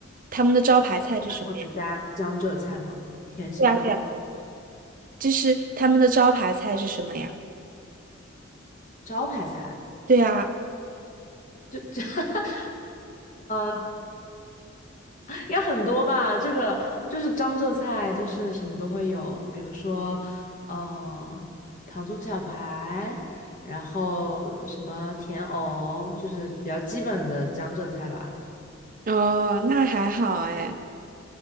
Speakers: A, on the right; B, on the left.
A: 他们的招牌菜是什么呀？
B: 传统的家江浙菜嘛，甜咸口，
A: 对啊，对啊。就是他们的招牌菜是什么呀？
B: 招牌菜，
A: 对啊，
B: 就 <laughs> 呃，应该很多吧？这个就是江浙菜，就是什么都会有，比如说，嗯、糖醋小排，然后什么甜藕，就是比较基本的江浙菜吧。
A: 哦，那还好哎。